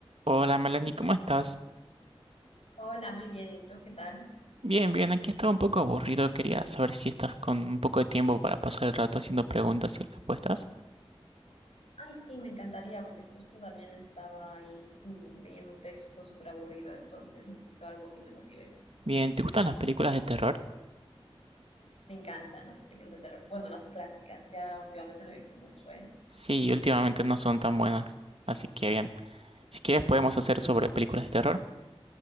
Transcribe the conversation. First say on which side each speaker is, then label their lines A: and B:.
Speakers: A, on the right; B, on the left.
A: Hola Melanie, ¿cómo estás?
B: Hola, muy bien. ¿Y tú qué tal?
A: Bien, bien, aquí estaba un poco aburrido, quería saber si estás con un poco de tiempo para pasar el rato haciendo preguntas y respuestas.
B: Ay, sí, me encantaría porque justo también estaba ahí mm, leyendo un texto súper aburrido, entonces necesito algo que me motive.
A: Bien, ¿te gustan las películas de terror?
B: Me encantan las películas de terror. Bueno, las clásicas, ya últimamente no he visto mucho, ¿eh?
A: Sí, últimamente no son tan buenas, así que bien. Si quieres podemos hacer sobre películas de terror.